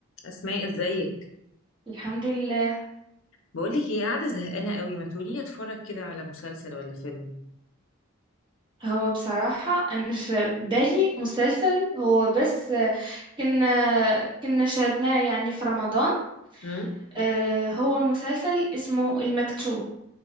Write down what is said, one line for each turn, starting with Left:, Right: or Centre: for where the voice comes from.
Left: اسماء ازيك
Right: الحمد لله
Left: بقول لك ايه قاعده زهقانه قوي ما تقولي لي اتفرج كده على مسلسل ولا فيلم
Right: هو بصراحة أنا في بالي مسلسل هو بس آه، كنا كنا شاهدناه يعني في رمضان
Left: امم
Right: آه، هو المسلسل اسمه المكتوب